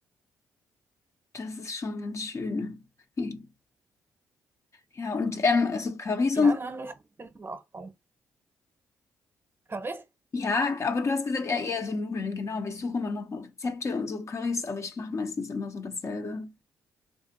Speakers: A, on the left; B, on the right.
A: Das ist schon ganz schön. <laughs> Ja, und ähm, also Currys
B: Ja,
A: und so.
B: nein, das finden wir auch toll. Currys?
A: Ja, aber du hast gesagt, eher, eher so Nudeln, genau. Aber ich suche immer noch Rezepte und so Currys, aber ich mache meistens immer so dasselbe.